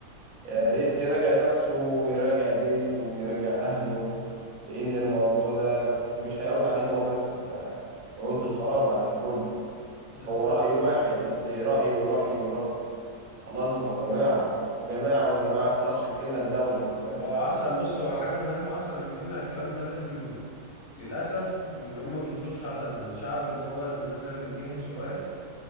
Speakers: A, on the right; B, on the left.
A: يا ريت يراجع نفسه ويراجع بيته ويراجع أهله لأن الموضوع ده مش هيعود عليه هو بس ده يعود بالخراب على الكل
B: بالظبط
A: هو رأي واحد بس رأيه ورأيه ورأي خلاص بقى وجماعة وجماعة وجماعة خلاص شكلنا الدولة كلها
B: هو اصلا بص هو حاجة مهمة اصلا ان تمنع الكلام ده لازم ال- للاسف ان هم بيخشوا على الشعب اللي هو مثلا الجاهل شوية